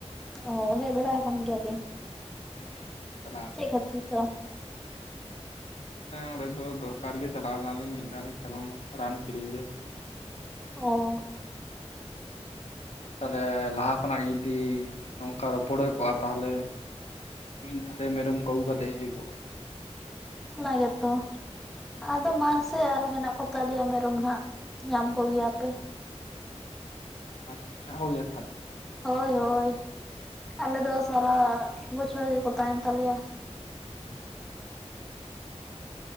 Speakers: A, in the centre; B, on the left (about 65°).
A: ᱚ ᱦᱮᱡ ᱵᱟᱲᱟ ᱟᱠᱟᱱ ᱜᱮᱭᱟ ᱵᱤᱱ
B: ᱦᱩᱸ ᱪᱟᱞᱟ
A: <unintelligible> ᱫᱚ <unintelligible>
B: ᱚᱸᱰᱮ ᱫᱚ ᱫᱚᱨᱠᱟᱨ ᱜᱮ ᱪᱟᱞᱟᱣ ᱞᱮᱱᱟᱞᱤᱧ ᱢᱤᱫ ᱫᱷᱟᱣ ᱞᱤᱧ ᱪᱟᱞᱟᱣ ᱞᱮᱱᱟ ᱨᱟᱱ ᱠᱤᱨᱤᱧ ᱜᱮ᱾
A: ᱚᱻᱚ <unintelligible>
B: ᱛᱟᱦᱚᱞᱮ ᱞᱟᱦᱟ ᱠᱷᱚᱱᱟᱜ ᱡᱩᱫᱤ ᱱᱚᱝᱠᱟ ᱨᱚᱯᱚᱲ ᱦᱩᱭ ᱠᱚᱜᱼᱟ᱾ ᱛᱟᱦᱚᱞᱮ ᱢᱤᱧ ᱫᱷᱟᱨᱮ ᱢᱮᱨᱚᱢ ᱠᱚ ᱟᱹᱜᱩ ᱠᱟᱛᱮ ᱦᱮᱡ ᱠᱚᱜᱼᱟ
A: ᱚᱱᱟ ᱜᱮ ᱛᱚ ᱟᱫᱚ ᱢᱟᱥᱮ ᱟᱨᱚ ᱦᱮᱱᱟᱜ ᱠᱚ ᱛᱟᱞᱮᱭᱟ ᱢᱮᱨᱚᱢ ᱱᱷᱟᱜ ᱧᱟᱢ ᱠᱚᱜᱮᱭᱟ ᱯᱮ᱾
B: <unintelligible>
A: ᱦᱳᱭ ᱦᱳᱭ ᱟᱞᱮ ᱫᱚ ᱥᱟᱨᱟ ᱵᱚᱪᱷᱚᱨ ᱜᱮᱠᱚ ᱛᱟᱦᱮᱸᱱ ᱛᱟᱞᱮᱭᱟ